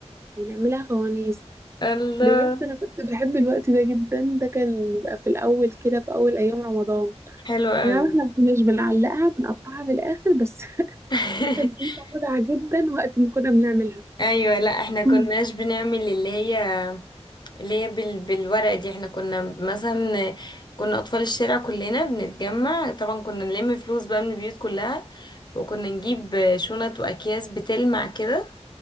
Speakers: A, on the right (about 25°); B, on the left (about 40°).
A: ونعملها فوانيس
B: الله
A: بجد أنا كنت بحب الوقت ده جدا ده كان بيبقى في الأول كده في أول أيام رمضان
B: حلوه قوي
A: أي نعم احنا ما كناش بنعلقها بنقطعها في الآخر بس <laughs>
B: <laughs>
A: كانت بتبقى متعة جدا وقت ما كنا بنعملها
B: ايوه لا احنا كناش
A: مم.
B: بنعمل اللي هي اللي هي بال... بالورقه دي احنا كنا مثلا كنا اطفال الشارع كلنا بنتجمع طبعا كنا نلم فلوس بقى من البيوت كلها وكنا نجيب شنط واكياس بتلمع كده